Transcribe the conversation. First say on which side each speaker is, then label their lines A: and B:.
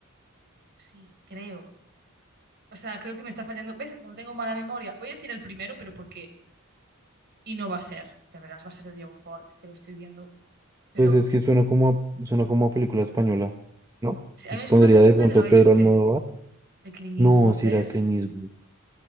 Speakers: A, on the right; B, on the right.
A: se llame así, creo. O sea, creo que me está fallando. ¿Ves? Como tengo mala memoria. Voy a decir el primero, pero porque... Y no va a ser. Ya verás, va a ser de John Ford. Es que lo estoy viendo. Pero
B: Pues es que suena como a, suena como a película española, ¿no?
A: sí, a mí es
B: Pondría
A: una película
B: de pronto
A: del oeste
B: Pedro Almodóvar.
A: de Clint
B: No,
A: Eastwood,
B: si
A: ¿ves?
B: era Clint Eastwood.